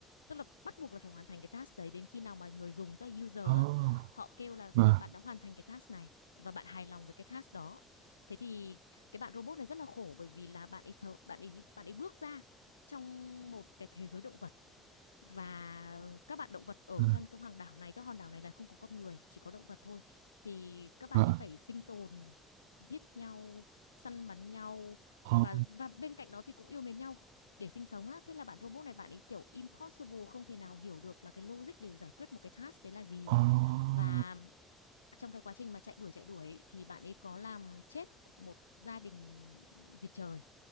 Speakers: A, on the left; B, on the right.
A: tức là bắt buộc là phải hoàn thành cái task đấy đến khi nào mà người dùng tức là user
B: à,
A: á họ kêu là
B: và,
A: bạn đã hoàn thành cái task này và bạn hài lòng với cái task đó thế thì cái bạn robot này rất là khổ bởi vì là bạn ấy sợ- bạn ấy bạn ấy bước ra trong một cái thế giới động vật và các bạn động vật ở
B: và,
A: trên cái hoàng đảo này các hòn đảo này là không có con người chỉ có động vật thôi thì các bạn
B: à,
A: ấy phải sinh tồn giết nhau săn bắn nhau và
B: à,
A: và bên cạnh đó thì cũng yêu mến nhau để sinh sống á thế là bạn robot này bạn ấy kiểu impossible không thể nào hiểu được là cái logic để giải quyết một cái task đấy là gì
B: à,
A: và trong cái quá trình mà chạy đuổi chạy đuổi thì bạn ấy có làm chết một gia đình vịt trời